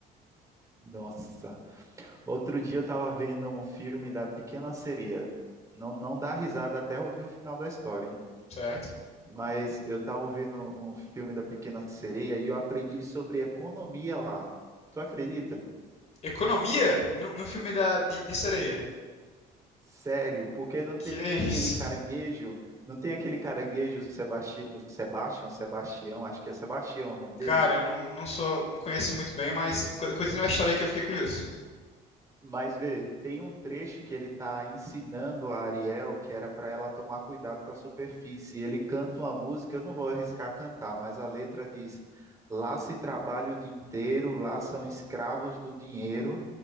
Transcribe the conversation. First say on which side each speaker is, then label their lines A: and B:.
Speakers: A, on the right (about 20°); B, on the left (about 40°).
A: Nossa, outro dia eu estava vendo um filme da Pequena Sereia. Não, não dá risada até ouvir o final da história, hein?
B: certo?
A: Mas eu estava vendo um filme da Pequena Sereia e eu aprendi sobre economia lá. Tu acredita?
B: Economia no, no filme da, de, de sereia.
A: Sério, porque não
B: Que
A: tem
B: é
A: aquele
B: isso?
A: caranguejo, não tem aquele caranguejo Sebasti- o Sebastião, Sebastião, acho que é Sebastião o nome dele.
B: Cara, eu não, não sou, não conheço muito bem, mas co- continua a história aí que eu fiquei curioso.
A: Mas vê, tem um trecho que ele está ensinando a Ariel que era para ela tomar cuidado com a superfície. Ele canta uma música, eu não vou arriscar cantar, mas a letra diz: Lá se trabalha o dia inteiro, lá são escravos do dinheiro.